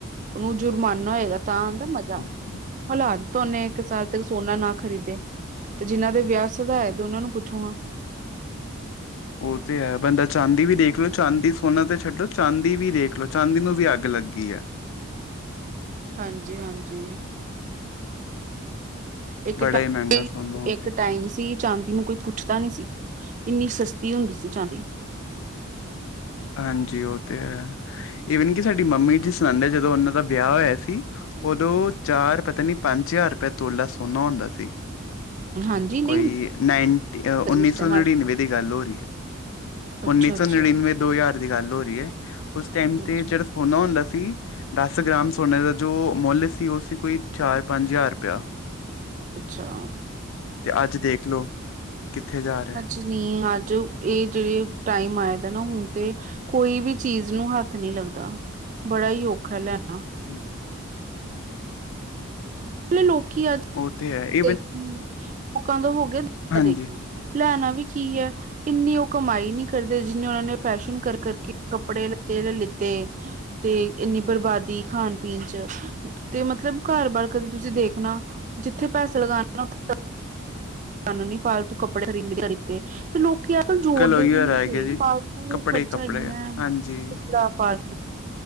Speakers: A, on the right (about 35°); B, on the left (about 75°).
A: ਉਹਨੂੰ ਜੁਰਮਾਨਾ ਹੋਏਗਾ ਤਾਂ ਆਂਦਾ ਮਜ਼ਾ।
B: ਹਮ
A: ਹਲਾ ਦਿੱਤਾ ਉਹਨੇ ਇੱਕ ਸਾਲ ਤੱਕ ਸੋਨਾ ਨਾ ਖਰੀਦੇ। ਤੇ ਜਿਨਾਂ ਦੇ ਵਿਆਹ ਸ ਦਾ ਹੈ ਤੇ ਉਹਨਾਂ ਨੂੰ ਪੁੱਛੋ ਹਾਂ।
B: ਉਹ ਤੇ ਹੈ ਬੰਦਾ ਚਾਂਦੀ ਵੀ ਦੇਖ ਲਓ ਚਾਂਦੀ ਸੋਨਾ ਤੇ ਛੱਡੋ ਚਾਂਦੀ ਵੀ ਦੇਖ ਲਓ ਚਾਂਦੀ ਨੂੰ ਵੀ ਅੱਗ ਲੱਗੀ ਆ।
A: ਹਾਂਜੀ-ਹਾਂਜੀ। ਇੱਕ
B: ਬੜਾ
A: ਟਾਈ,
B: ਹੀ ਮਹਿੰਗਾ ਸੋਨਾ ਹੋ ਗਿਆ
A: ਇੱਕ ਟਾਈਮ ਸੀ, ਚਾਂਦੀ ਨੂੰ ਕੋਈ ਪੁੱਛਦਾ ਨੀ ਸੀ, ਇੰਨੀ ਸਸਤੀ ਹੁੰਦੀ ਸੀ ਚਾਂਦੀ।
B: ਹਾਂਜੀ ਉਹ ਤੇ ਹੈ, ਈਵਨ ਕਿ ਸਾਡੀ ਮੰਮੀ ਜੀ ਸੁਣਾਦੇ ਜਦੋਂ ਉਹਨਾਂ ਦਾ ਵਿਆਹ ਹੋਇਆ ਸੀ, ਉਦੋਂ ਚਾਰ ਪਤਾ ਨੀ ਪੰਜ ਹਜ਼ਾਰ ਰੁਪਏ ਤੋਲਾ ਸੋਨਾ ਹੁੰਦਾ ਸੀ।
A: ਹਾਂਜੀ ਨਹੀਂ
B: ਕੋਈ
A: ਹੁੰਦੀ
B: ਨਾਈਨ ਉੱਨੀ
A: ਸੀ ਉਸ
B: ਸੌ
A: ਟਾਈਮ
B: ਨੜਿਨਵੇਂ
A: ਅੱਜ
B: ਦੀ ਗੱਲ ਹੋ ਰਹੀ ਹੈ।
A: ਅੱਛਾ
B: ਉੱਨੀ ਸੌ
A: ਅੱਛਾ
B: ਨੜਿਨਵੇਂ ਦੋ ਹਜ਼ਾਰ ਦੀ ਗੱਲ ਹੋ ਰਹੀ ਹੈ, ਉਸ ਟਾਈਮ
A: ਅੱਛਾ
B: ਤੇ ਜਿਹੜਾ ਸੋਨਾ ਹੁੰਦਾ ਸੀ, ਦਸ ਗ੍ਰਾਮ ਸੋਨੇ ਦਾ ਜੋ ਮੁੱਲ ਸੀ ਉਹ ਸੀ ਕੋਈ ਚਾਰ ਪੰਜ ਹਜ਼ਾਰ ਰੁਪਇਆ।
A: ਅੱਛਾ।
B: ਤੇ ਅੱਜ ਦੇਖ ਲੋ, ਕਿੱਥੇ ਜਾ ਰਿਹਾ।
A: ਕੁਛ ਨੀ ਅੱਜ ਇਹ ਜਿਹੜੇ ਟਾਈਮ ਆਏ ਦਾ ਨਾ ਹੁਣ ਤੇ, ਕੋਈ ਵੀ ਚੀਜ਼ ਨੂੰ ਹੱਥ ਨਹੀਂ ਲੱਗਦਾ, ਬੜਾ ਹੀ ਔਖਾ ਲੈਣਾ।
B: ਹੂ
A: ਲੋਕੀ ਅੱਜ
B: ਉਹ ਤੇ ਹੈ ਈ।
A: ਦੇਖੀ ਲੋਕਾਂ ਤੋਂ ਹੋ ਗਏ
B: ਹਾਂਜੀ
A: ਦੇਖੀ, ਲੈਣਾ ਵੀ ਕੀ ਹੈ। ਇੰਨੀ ਉਹ ਕਮਾਈ ਨਹੀਂ ਕਰਦੇ ਜਿੰਨੇ ਉਹਨਾਂ ਨੇ ਫੈਸ਼ਨ ਕਰ ਕਰਕੇ ਕੱਪੜੇ ਲੱਤੇ-ਲਿੱਤੇ। ਤੇ ਇੰਨੀ ਬਰਬਾਦੀ ਖਾਣ-ਪੀਣ ਚ ਤੇ ਮਤਲਬ ਘਰ ਬਾਰ ਕਦੇ ਤੁਸੀਂ ਦੇਖਣਾ ਜਿੱਥੇ ਪੈਸਾ ਲਗਾਣਾ ੳਥੇ ਸਾਨੂੰ ਨੀ ਫਾਲਤੂ ਕੱਪੜੇ ਖਰੀਦਦੇ ਲੀਤੇ ਤੇ ਲੋਕੀ ਅੱਜ ਕੱਲ ਜੋੜਦੇ
B: ਉਹੀ
A: ਵੀ
B: ਹੋ
A: ਨੀ
B: ਰਹਿ
A: ਸੀ
B: ਗਿਆ ਜੀ
A: ਪਾਲਤੂ
B: ਕੱਪੜੇ
A: ਖਰਚਾ
B: ਹੀ ਕੱਪੜੇ
A: ਇੰਨਾ
B: ਹਾਂਜੀ
A: ਬੜਾ ਫਾਲਤੂ